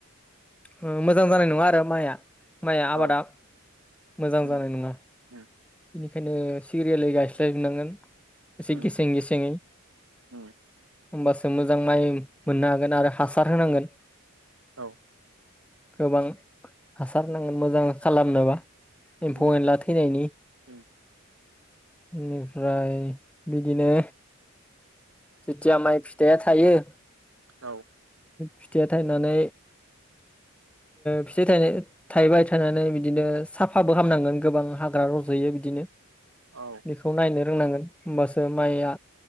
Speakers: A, in the centre; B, on the right (about 75°).
A: ओ मोजां जानाय नङा आरो माइआ माइया
B: औ
A: आबादा मोजां
B: उम
A: जानाय नङा
B: उम
A: बेनिखायनो सिरियालै गायस्लायजोबनांगोन एसे
B: उम
A: गेसें सेङै
B: उम
A: <inaudible> होमबासो मोजां माइ मोननो हागोन आरो हासार होनांगोन
B: औ
A: गोबां हासार नाङो मोजां खालामनोबा एम्फौ
B: उम
A: एन्ला थैनायनि
B: उम
A: बेनिफ्राय बिदिनो जेथिया माइ फिथाइया थायो
B: औ
A: फिथाइया थाइनानै फिथाय थायनाय थायबाय थायनानै बिदिनो साफाबो खालामामनांगोन गोबां हाग्रा रजयो बिदिनो।
B: औ
A: बेखौ नायनो नांगोन हबासो माइआ